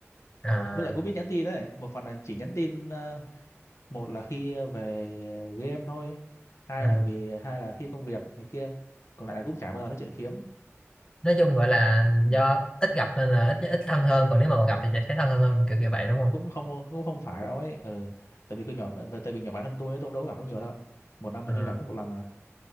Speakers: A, on the left; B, on the left.
A: à,
B: với lại cũng biết nhắn tin đấy một phần là chỉ nhắn tin ờ, một là khi về game thôi hai
A: à.
B: là vì hai là khi công việc này kia còn lại là cũng chả bao giờ nói chuyện phiếm
A: nói chung gọi là
B: ừ.
A: do ít gặp nên là ít ít thân hơn còn nếu mà còn gặp thì sẽ thấy thân hơn hơn kiểu kiểu vậy đúng không
B: cũng không cũng không phải đâu ấy ừ. tại vì tôi nhỏ tại vì nhỏ bản thân tôi ấy, tôi cũng đâu có gặp nó nhiều đâu một năm
A: Ờ,
B: nhiều khi gặp có một lần à